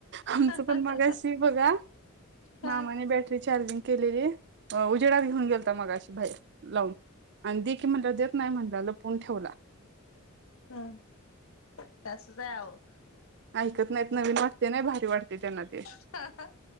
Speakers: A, on the right; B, on the left.
A: आमचं
B: ह
A: पण मगाशी
B: ह
A: बघा मामाने
B: हा.
A: बॅटरी चार्जिंग केलेली उजेडात घेऊन गेलता मगाशी बाहेर. लावून आणि दे की म्हटल्यावर देत नाही म्हटला लपून ठेवला.
B: हम्म, ते असंच हाय अहो.
A: ऐकत नाहीत नवीन वाटते नाही भारी वाटते. त्यांना ते
B: हम्म हा हा.